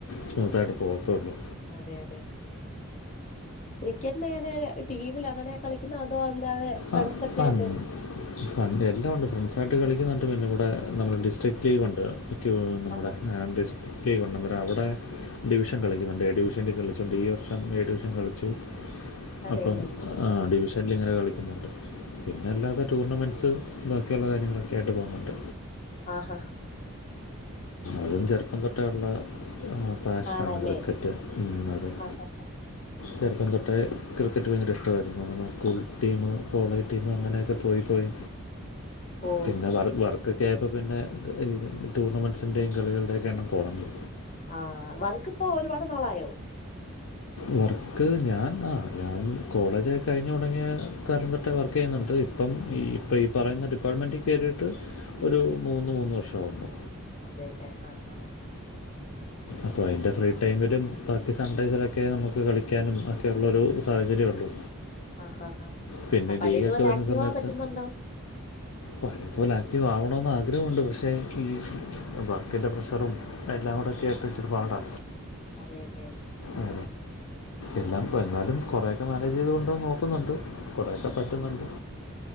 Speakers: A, on the left (about 75°); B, on the left (about 35°).
A: സ്മൂത്തായിട്ട് പോകത്തുള്ളൂ
B: അതെ അതെ ക്രിക്കറ്റിന് എങ്ങനെ ടീമിൽ അങ്ങനെ കളിക്കുന്ന അതോ അല്ലാതെ ഫ്രണ്ട്സ്
A: അ
B: ഒക്കെ
A: ആഹ്
B: ആയിട്ട്
A: ഫണ്ട് എല്ലാം ഉണ്ട് ഫ്രണ്ട്സ്‌ ആയിട്ട് കളിക്കുന്നുണ്ട് പിന്നെ ഇവിടെ നമ്മൾ ഡിസ്ട്രിക്ക് ടീം ഒണ്ട് ഒക്കെ നമ്മുടെ
B: ആഹാ
A: ഡിസ്ട്രിക്റ്റ് ഒണ്ട് അന്നേരം അവിടെ- ഡിവിഷൻ കളിക്കുന്നുണ്ട് എ ഡിവിഷൻ കളിച്ചുകൊണ്ട് ഈ വർഷം എ ഡിവിഷൻ കളിച്ചു
B: അതെയല്ലേ
A: അപ്പം ഡിവിഷനിൽ ഇങ്ങനെ കളിക്കുന്നുണ്ട് പിന്നെ എല്ലാ- പിന്നെ ടൂർണമെൻസ് ബാക്കിയുള്ള കാര്യങ്ങളൊക്കെ ആയിട്ട് പോകുന്നുണ്ട്.
B: ആഹ് ആഹ്.
A: അതും ചെറുപ്പം തൊട്ടെയുള്ള ഫാഷനാണ്
B: ആണല്ലേ
A: ക്രിക്കറ്റ് അത്-
B: ആഹാ
A: ചെറുപ്പം തൊട്ടേ ക്രിക്കറ്റ് ഭയങ്കര ഇഷ്ടമായിരുന്നു സ്കൂൾ ടീമ് കോളേജ് ടീമ് അങ്ങനെയൊക്കെ പോയിപ്പോയി.
B: ഓ
A: പിന്നെ വ വർക്ക് ഒക്കെ ആയപ്പോ പിന്നെ ടൂർണമെൻസിൻ്റെയും കളികളുടെയൊക്കെ എണ്ണം കുറഞ്ഞു.
B: ആഹ് വർക്ക് ഇപ്പോ ഒരുപാട് നാളായോ.
A: വർക്ക് ഞാൻ ആ ഞാൻ കോളേജ് കഴിഞ്ഞ് തൊടങ്ങിയ കാലം തൊട്ടെ വർക്ക് ചെയ്യുന്നുണ്ട്. ഇപ്പം ഈ ഇപ്പോ ഈ പറയുന്ന ഡിപ്പാർട്ട്മെൻറ് കയറിയിട്ട് ഒരു മൂന്ന് മൂന്ന് വർഷവുന്നു.
B: അതെയില്ലേ ആഹ് ആഹ്.
A: അപ്പോ അയിന്റെ ഫ്രീ ടൈമിലും ബാക്കി സൺഡൈസിലൊക്കെ നമുക്ക് കളിക്കാനും ഒക്കെയുള്ളൊരു സാഹചര്യള്ളൂ.
B: ആഹ് ആഹ്
A: പിന്നെ
B: ആഹ് പഴയതുപോലെ
A: ലീവൊക്കെ വരുന്ന
B: ആക്റ്റീവ്
A: സമയത്ത്
B: ആവാൻ പറ്റുന്നുണ്ടോ
A: പഴയത് പോലെ ആക്റ്റീവ് ആവണന്ന് ആഗ്രഹവുണ്ട് പക്ഷെ ഈ വർക്കിന്റെ പ്രഷറും- എല്ലാം കൂടെ ഒക്കെ ആയപ്പോ ഇച്ചിരി പാടാ
B: അതെയല്ലേ.
A: അ എന്നാ
B: ആഹ്
A: ഇപ്പൊ എന്നാലും കൊറെ ഒക്കെ മാനേജ് ചെയ്തുകൊണ്ടൊ വാൻ നോക്കുന്നുണ്ട് കൊറേയൊക്കെ പറ്റുന്നുണ്ട്.